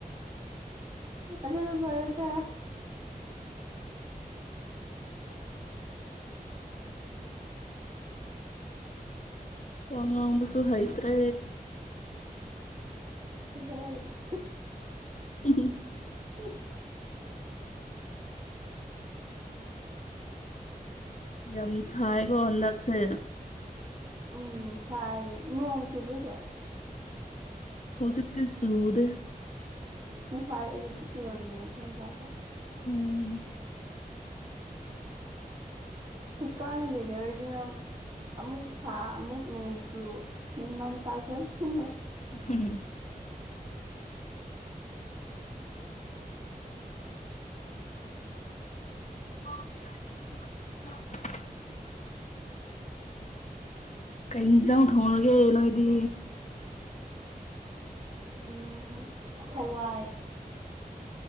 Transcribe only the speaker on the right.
ꯑꯁ ꯑꯗꯨ ꯄꯔꯇ
ꯁꯥꯏꯗ
<unintelligible>
ꯎꯝ ꯁꯥꯏ ꯅꯣꯡ ꯆꯨꯕꯁꯦ
ꯉꯁꯥꯏ ꯑꯌꯨꯛꯇ ꯆꯨꯔꯝꯃꯦ ꯑꯩꯈꯣꯏ ꯁ꯭ꯋꯥꯏꯗ
ꯍꯁꯀꯥꯜꯕꯤꯗꯔꯖꯅ ꯑꯃꯨꯛ ꯁꯥ ꯑꯃꯨꯛ ꯅꯣꯡꯖꯨ ꯃꯦꯟꯃꯥꯟ ꯇꯥꯖꯁ ꯃꯣꯏ
<unintelligible>
ꯎꯝ ꯍꯋꯥꯏ